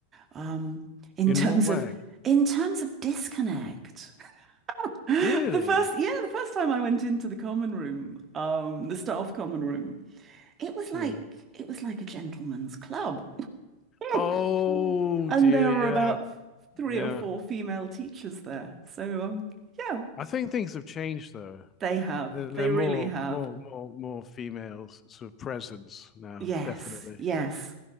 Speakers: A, on the right; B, on the left.
A: Um, in
B: in
A: terms
B: what way?
A: of in terms of disconnect. <laughs> The
B: Really?
A: first, yeah, the first time I went into the common room, um, the staff common room, it was like
B: Yeah.
A: it was like a gentleman's club. <laughs>
B: Oh
A: And
B: dear.
A: there were
B: Yeah,
A: about three
B: yeah.
A: or four female teachers there. So, um, yeah,
B: I think things have changed though.
A: they have.
B: There, there
A: They
B: are more
A: really have.
B: more more more females sort of presence now,
A: Yes,
B: definitely,
A: yes.